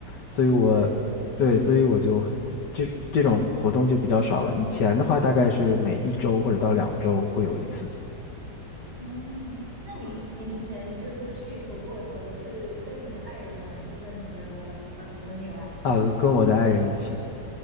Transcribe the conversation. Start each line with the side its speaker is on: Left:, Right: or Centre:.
Left: 所以我，
Right: 对对对，
Left: 对，所以我就很这这种活动就比较少了。以前的话，大概是每一周或者到两周会有一次
Right: 哦，那你你之前就是去徒步的时候，都是跟你的爱人吗？还是跟你的呃朋友啊？
Left: 啊，跟我的爱人一起。